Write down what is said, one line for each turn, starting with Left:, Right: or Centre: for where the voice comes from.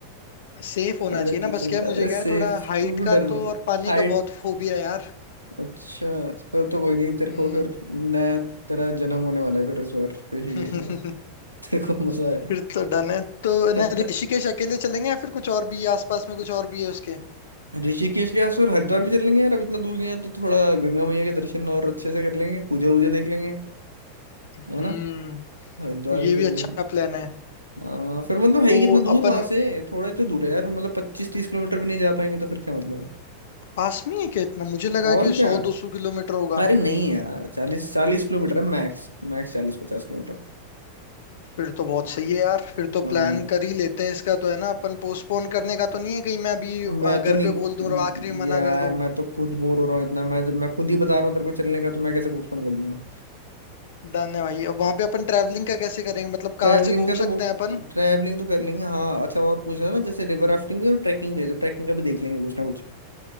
Left: सेफ होना
Right: अरे
Left: चाहिए ना
Right: तू चल
Left: बस क्या है मुझे
Right: अरे
Left: क्या
Right: सेफ
Left: है थोड़ा हाइट
Right: तू क्यों
Left: का
Right: डर
Left: तो और पानी
Right: हाइट
Left: का बहुत फोबिया है यार
Right: अच्छा फिर तो कोई नहीं तेरे
Left: हम्म
Right: को फिर नया तेरा जन्म होने वाला है फिर इस बार ऋषिकेश
Left: <laughs>
Right: <laughs> कौन सा
Left: फिर तो डन है तो है ना
Right: है
Left: ऋषिकेश अकेले चलेंगे या फिर कुछ और भी है? आसपास में कुछ और भी है उसके
Right: ऋषिकेश के आसपास हरिद्वार भी चलेंगे यार अब इतना दूर गए हैं तो थोड़ा गंगा मैया के दर्शन और अच्छे से कर लेंगे पूजा वूजा देख लेंगे
Left: हम्म
Right: है ना हरिद्वार
Left: ये
Right: भी
Left: भी
Right: चल
Left: अच्छा
Right: लेंगे
Left: प्लान है
Right: हाँ फिर मतलब है
Left: तो
Right: ही कितना दूर
Left: अपन
Right: वहां से थोड़ा ही तो दूर है यार मतलब पच्चीस तीस किलोमीटर भी नहीं जा पाएंगे तो फिर क्या मतलब है
Left: पास में ही है क्या इतना मुझे लगा
Right: और
Left: कि
Right: क्या
Left: सौ दो सौ किलोमीटर होगा
Right: अरे नहीं यार चालीस चालीस किलोमीटर है मैक्स मैक्स चालीस पचास किलोमीटर
Left: फिर तो बहुत सही है यार फिर तो
Right: हाँ,
Left: प्लान कर ही लेते हैं इसका तो है ना अपन पोस्टपोन करने का तो नहीं है कहीं मैं अभी
Right: मैं
Left: आ, घर
Right: तो नहीं
Left: पे बोल दूं और आखिरी में मना
Right: यार
Left: कर दो
Right: मैं तो खुद बोर हो रहा हूँ इतना मैं मैं खुद ही बता रहा हूँ तेरे को चलने का तो मैं कैसे पोस्टपोन कर दूंगा
Left: डन है भाई अब वहां पे अपन ट्रैवलिंग का कैसे करेंगे मतलब
Right: ट्रैवलिंग
Left: कार से घूम
Right: का तो
Left: सकते
Right: वो
Left: हैं अपन
Right: ट्रैवलिंग तो कर लेंगे हाँ अच्छा और पूछ रहा ना जैसे रिवर राफ्टिंग भी और ट्रैकिंग भी है तो ट्रैकिंग का भी देख लेंगे कुछ ना कुछ